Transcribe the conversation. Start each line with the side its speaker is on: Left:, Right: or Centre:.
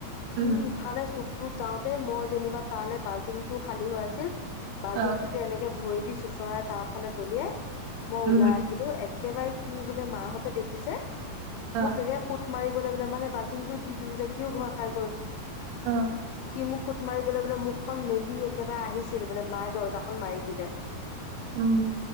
Left: সিত
Right: উম
Left: ফানে চুকটোত যাওঁতে, মই যেনিবা তালে বাল্টিংটো খালী হৈ আছিল বাল্টিং
Right: অ
Left: টোকে এনেকে ভৰি চোচৰাই তাৰ ফালে দলিয়াই মই
Right: উম
Left: ওলাই আহিলো এক। একেবাৰে সি বোলে মাহঁতে দেখিছে।
Right: অ
Left: মোক একে সুত মাৰিবলৈ বোলে মানে বাল্টংটো দি দিলো যে সিও ভয় খাই গ'ল।
Right: অ'।
Left: সি মোক খুত মাৰিবলৈ বোলে মুখখন মেলি একেবাৰে আহিছিল বোলে মায়ে দৰ্জাখন মাৰি দিলে।
Right: উম।